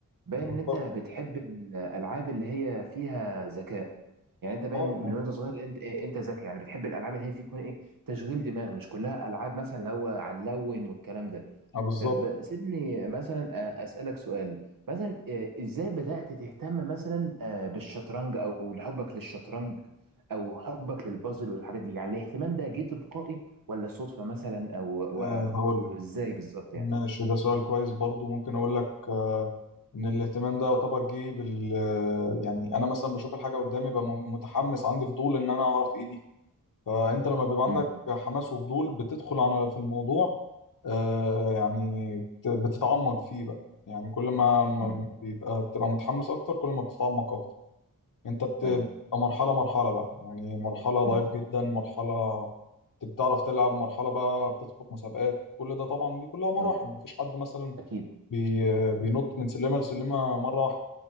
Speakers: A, on the right; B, on the left.
A: باين
B: والط-
A: ان انت بتحب الالعاب اللي هي فيها ذكاء يعني انت باين
B: اه
A: من
B: اه
A: وانت صغير انت إيه انت ذكي يعني بتحب الالعاب اللي هي في يكون ايه تشغيل دماغ مش كلها العاب مثلا اللي هو على اللون والكلام ده
B: آه، بالظبط
A: طب سيبني مثلا آه، اسالك سؤال مثلا آه، ازاي بدات تهتم مثلا آه، بالشطرنج او حبك للشطرنج او حبك للبازل والحاجات دي يعني الاهتمام ده جه تلقائي ولا صدفه مثلا او او
B: آه
A: أو
B: هقول لك
A: ازاي بالظبط
B: ماشي
A: يعني
B: ده سؤال كويس برضو ممكن اقول لك آه ان الاهتمام ده يعتبر جه بال آه، يعني انا مثلا بشوف الحاجه قدامي ببقى م- متحمس عندي فضول ان انا اعرف ايه دي فانت لما بيبقى عندك
A: امم
B: حماس وفضول بتدخل على في الموضوع آه يعني بت- بتتعمق فيه بقى يعني كل ما ما
A: امم
B: ما بيبقى بتبقى متحمس اكتر كل ما بتتعمق اكتر انت بتبقى
A: ايوه
B: مرحلة مرحلة بقى يعني مرحلة ضعيف
A: امم
B: جدا مرحلة انت بتعرف تلعب مرحلة بقى بتدخل مسابقات كل ده طبعا دي كلها مراحل
A: اه
B: مفيش حد مثلا
A: اكيد
B: بي بينط من سلمة لسلمة مرة واحدة